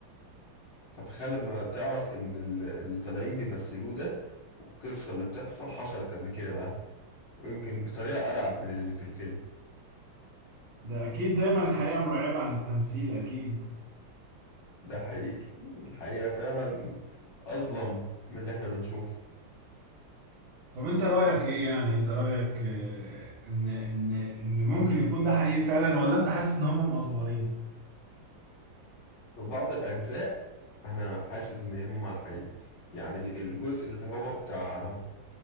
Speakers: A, on the left; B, on the right.
A: فتخيل لما تعرف إن ال- اللي طالعين بيمثلوه ده والقصة اللي بتحصل حصلت قبل كده بقى ويمكن بطريقة أرعب من اللي في الفيلم
B: ده اكيد دايما الحقيقة مرعبة عن التمثيل اكيد
A: ده حقيقي الحقيقة فعلا أظلم من اللي إحنا بنشوفه
B: طب انت رأيك ايه يعني انت رأيك آه، ان ان ان ممكن يكون ده حقيقي فعلا ولا انت حاسس ان هم مأفورين
A: في بعض الأجزاء أنا حاسس إن إما حقيقي يعني الجزء اللي هو بتاع